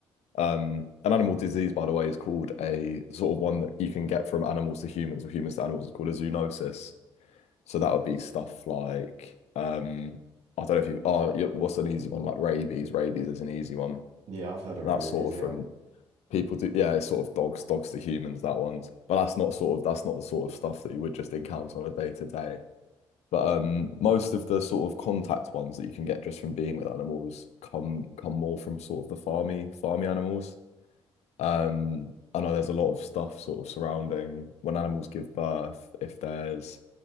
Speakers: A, on the left; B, on the right.
A: Um, an animal disease, by the way, is called a sort of one that you can get from animals to humans or humans to animals. It's called a zoonosis. So that would be stuff like um, I don't know if you are oh, yeah, what's an easy one like rabies. Rabies is an easy one.
B: Yeah, I've heard of
A: That's
B: rabies.
A: sort
B: Yeah.
A: of from people do yeah, it's sort of dogs, dogs to humans, that one's. But that's not sort of that's not the sort of stuff that you would just encounter on a day to day. But um, most of the sort of contact ones that you can get just from being with animals come come more from sort of the farmy farmy animals. Um, I know there's a lot of stuff sort of surrounding when animals give birth, if there's